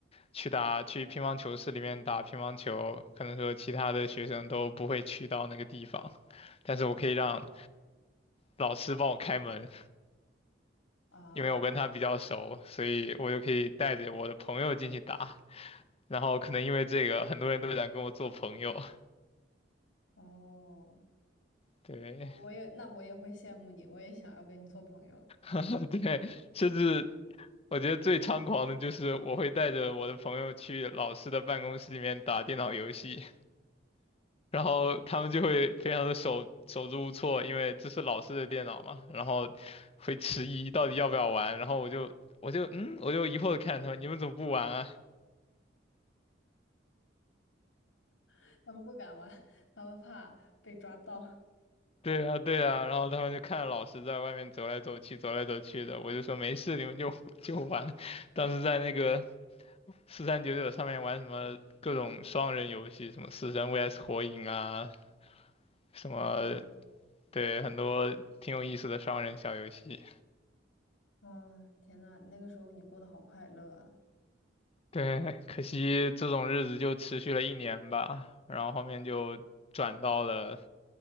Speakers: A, on the left (about 30°); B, on the left (about 80°).
A: 去打去乒乓球室里面打乒乓球，可能说其他的学生都不会去到那个地方，但是我可以让老师帮我开门，
B: 啊
A: 因为我跟他比较熟，所以我就可以带着我的朋友进去打。然后可能因为这个，很多人都想跟我做朋友，
B: 哦，
A: 对，
B: 我也那我也会羡慕你，我也想要跟你做朋友。
A: <laughs> 对，甚至我觉得最猖狂的就是我会带着我的朋友去老师的办公室里面打电脑游戏。然后他们就会非常的手手足无措，因为这是老师的电脑嘛，然后会迟疑到底要不要玩，然后我就我就嗯，我就疑惑的看着他们，你们怎么不玩啊？
B: <laughs> 他们不敢玩，他们怕被抓到。
A: 对啊，对啊，然后他们就看着老师在外面走来走去，走来走去的，我就说没事，你们就 <laughs> 就玩。当时在那个四三九九上面玩什么各种双人游戏，什么死神 VS 火影啊，什么
B: 嗯
A: 对，很多挺有意思的双人小游戏。
B: 啊，天呐，那个时候你过得好快乐啊！
A: <laughs> 对，可惜这种日子就持续了一年吧，然后后面就转到了